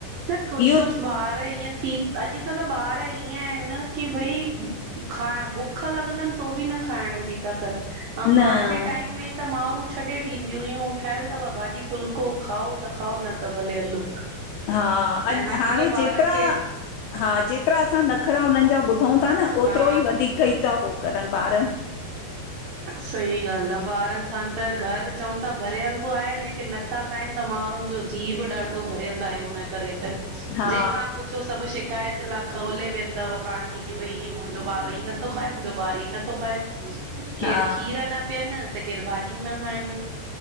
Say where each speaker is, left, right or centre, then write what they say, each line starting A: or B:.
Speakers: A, on the right; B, on the left.
A: न कुछु-
B: इहो
A: कुछु ॿार इअं थी अॼुकल्हु ॿार इअं आहिनि न कि भई, खां बुख लॻंदनि तो बि न खाइण जी था कनि, अंऐ
B: न
A: पंहिंजे टाइम में त माउरूँ छॾे ॾीं दियूं हुयूं ठहियल अथव भाॼी फ़ुलको, खाओ त खाओ न त भले हलो।
B: हा अॼु
A: ऐं अॼुकल्ह
B: हाणे
A: ॿारनि
B: जेतिरा
A: खे
B: हा, जेतिरा असां नख़रा हुननि जा ॿुधूं था न ओतिरो
A: हा
B: ही वधीक ही था हो करनि ॿार।
A: सही ॻाल्हि आहे, ॿारनि सां त घर चऊं था भरियल बि आहे, लेकिन नथा खाइंनि त माण्हुनि जो जीय बि ॾाढो भरियल आहे हुन करे। त जहिंखां
B: हा
A: पुछो सभु शिकायत ला खोले वियंदव कहाणी कि, भई मुंहिंजो ॿारु ही नथो खाए, मुंहिंजो ॿारु ही नथो खाए। केर
B: हा
A: खीर न पीअनि, त केर भाॼियूं न खाइनि।